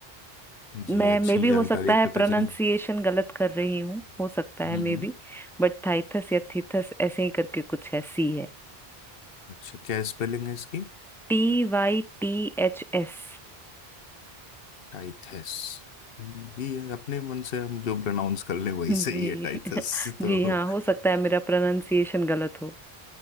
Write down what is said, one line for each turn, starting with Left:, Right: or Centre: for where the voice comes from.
Centre: मैं
Left: जी अच्छी
Centre: मे भी
Left: जानकारी
Centre: हो सकता है
Left: पता
Centre: प्रोनाउंसिएशन
Left: चली
Centre: गलत कर रही हूँ हो सकता है
Left: हम्म
Centre: मे
Left: हम्म।
Centre: बी बट थाइथस या थीथस ऐसे ही करके कुछ है सी है
Left: अच्छा क्या स्पेलिंग है इसकी
Centre: T Y T H S
Left: टाइथस हम्म, जी ये अपने मन से हम जो प्रोनाउंस कर लें वही
Centre: जी
Left: सही है टाइथस
Centre: <laughs>
Left: तो
Centre: जी हाँ हो सकता है मेरा प्रोनाउंसिएशन गलत हो